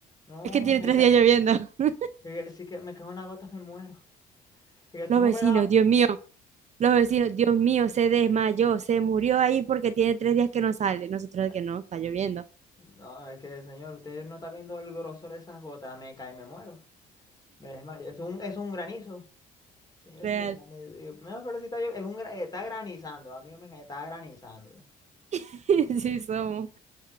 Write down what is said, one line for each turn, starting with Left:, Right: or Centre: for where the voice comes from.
Left: no,
Right: Es que tiene
Left: me
Right: tres
Left: ca
Right: días lloviendo. <laughs>
Left: y que, si que me cae una gota me muero. Y que tú
Right: Los
Left: no
Right: vecinos,
Left: verás.
Right: Dios mío. Los vecinos, Dios mío, se desmayó, se murió ahí porque tiene tres días que no sale. Nosotros
Left: Eh,
Right: que no, está lloviendo.
Left: No, es que, señor, usted no está viendo el grosor de esas gotas, me cae, me muero. Me desmayo. Es un, es un granizo. Señor,
Right: Real.
Left: es un granizo. Y yo, No, pero si está, llo- es un, gra- está granizando, a mí no me engañe, está granizando.
Right: <laughs> Sí somos,